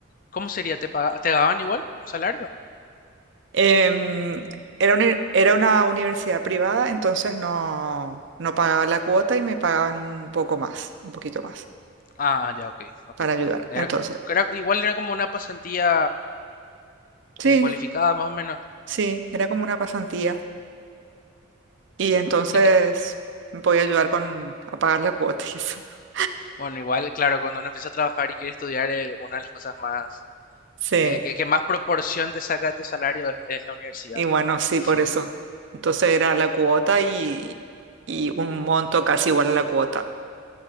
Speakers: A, on the left (about 40°); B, on the right (about 60°).
A: cómo sería? ¿Te paga- te pagaban igual un salario?
B: Em, era una, era una universidad privada, entonces no, no pagaba la cuota y me pagaban un poco más, un poquito más
A: Ah, ah, ya, ok, ok.
B: para ayudar. Entonces,
A: Era, era- igual era como una pasantía
B: sí,
A: eh, cualificada, más o menos.
B: sí, era como una pasantía y entonces
A: Y que,
B: me podía ayudar con a pagar la cuota y eso. <laughs>
A: bueno, igual, claro, cuando uno empieza a trabajar y quiere estudiar, eh, una de las cosas más,
B: Sí,
A: eh, que, que más proporción te saca de tu salario es, es la universidad.
B: y bueno, sí,
A: Y
B: por
A: sí.
B: eso. Entonces era la cuota y, y un monto casi igual a la cuota